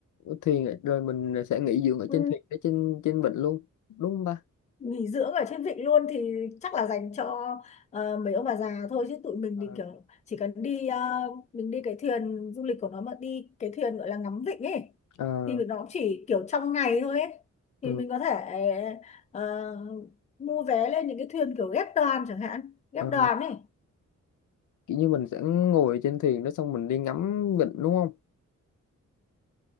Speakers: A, on the left; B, on the left.
A: thuyền rồi mình sẽ nghỉ dưỡng ở
B: ừ,
A: trên thuyền ở trên trên vịnh luôn đúng không ba?
B: nghỉ dưỡng ở trên vịnh luôn thì chắc là dành cho ờ, mấy ông bà già thôi chứ tụi mình
A: Ờ,
B: thì kiểu chỉ cần đi ờ, mình đi cái thuyền du lịch của nó mà đi cái thuyền gọi là ngắm vịnh ấy
A: ờ,
B: thì nó cũng chỉ kiểu trong ngày thôi ấy thì
A: ừ,
B: mình có thể ờ, mua vé lên những cái thuyền kiểu ghép đoàn chẳng hạn ghép
A: ờ,
B: đoàn ấy
A: kiểu như mình sẽ ngồi trên thuyền đó xong mình đi ngắm vịnh đúng không?